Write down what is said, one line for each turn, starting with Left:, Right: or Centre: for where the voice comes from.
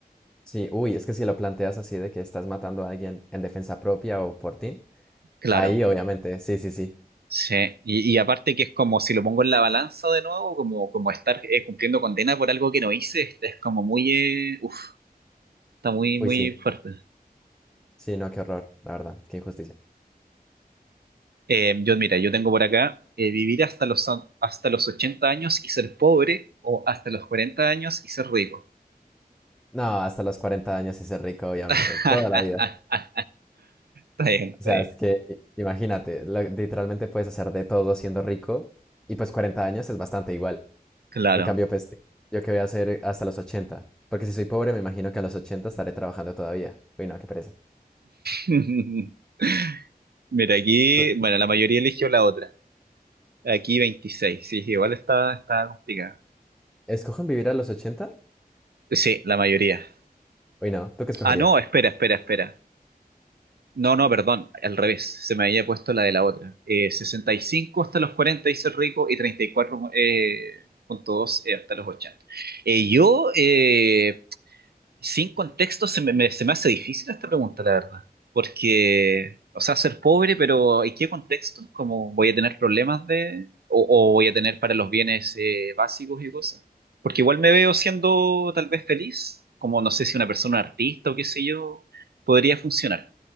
Centre: Sí, uy, es que si lo planteas así de que estás matando a alguien en defensa propia o por ti,
Right: claro.
Centre: ahí obviamente, sí, sí, sí.
Right: Sí. Y, y aparte que es como si lo pongo en la balanza de nuevo, como, como estar eh, cumpliendo condena por algo que no hice, es como muy, eh, uf, está muy,
Centre: Uy,
Right: muy
Centre: sí.
Right: fuerte.
Centre: Sí, no, qué horror, la verdad, qué injusticia.
Right: Eh, yo, mira, yo tengo por acá eh, vivir hasta los, hasta los 80 años y ser pobre o hasta los 40 años y ser rico.
Centre: No, hasta los 40 años y ser rico, obviamente,
Right: <laughs>
Centre: toda la vida.
Right: Está bien, está
Centre: O sea,
Right: bien.
Centre: es que i- imagínate, lo- literalmente puedes hacer de todo siendo rico y pues 40 años es bastante igual.
Right: Claro.
Centre: En cambio, pues yo qué voy a hacer hasta los ochenta porque si soy pobre me imagino que a los 80 estaré trabajando todavía. Uy, no, qué pereza.
Right: <laughs> Mira, aquí,
Centre: ¿Tú
Right: bueno, la mayoría eligió la otra. Aquí 26 sí, igual está, está complicada.
Centre: escogen vivir a los ochenta
Right: Sí, la mayoría.
Centre: Uy, no, ¿tú qué escogerías?
Right: Ah, no, espera, espera, espera. No, no, perdón, al revés, se me había puesto la de la otra. Eh, sesenta y cinco hasta los 40 dice el rico y 34.2 eh, hasta los 80. Eh, yo, eh, sin contexto, se me, me- se me hace difícil esta pregunta, la verdad. Porque, o sea, ser pobre, pero ¿en qué contexto? ¿Cómo voy a tener problemas de... o, o voy a tener para los bienes eh, básicos y cosas? Porque igual me veo siendo tal vez feliz, como no sé si una persona artista o qué sé yo, podría funcionar